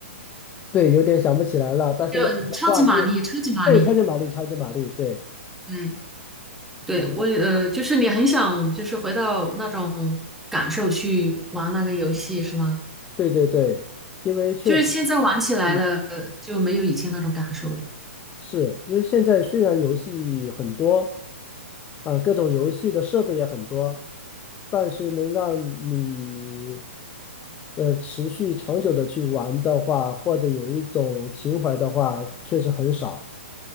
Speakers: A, on the left; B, in the centre.
A: 对，有点想不起来了，但是那个画面，
B: 就嗯超级玛丽，超级玛丽，
A: 对，超级玛丽，超级玛丽，对
B: 嗯，对，
A: 啊，
B: 我也呃，就是你很想就是回到那种感受去玩那个游戏是吗？
A: 对对对，因为确实。
B: 就是现在玩起来了呃就没有以前那种感受了，
A: 嗯。是因为现在虽然游戏很多，啊，各种游戏的设备也很多，但是能让你呃持续长久的去玩的话，或者有一种情怀的话，确实很少。